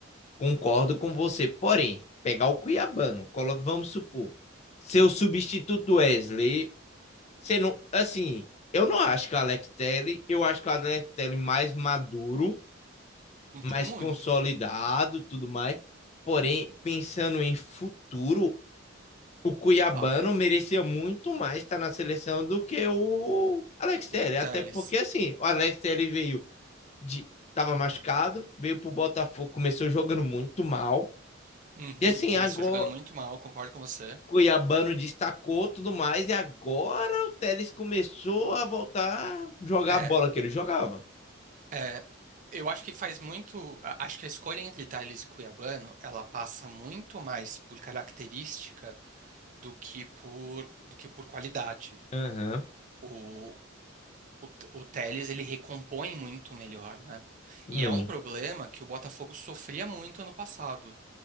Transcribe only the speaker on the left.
Concordo com você. Porém, pegar o Cuiabano, coloca, vamos supor, seu substituto do Wesley. Você não. Assim, eu não acho que o Alex Telles, eu acho que o Alex Telles mais maduro, mais
consolidado, tudo mais. Porém, pensando em futuro, o Cuiabano
merecia muito mais estar na seleção do que o Alex
Telles,
até porque assim, o Alex Telles veio de tava machucado, veio pro Botafogo, começou jogando muito mal.
E assim,
agora
o
Cuiabano destacou tudo mais e agora o Telles começou a voltar a jogar
a bola que ele jogava.
Aham,
uhum,
muito.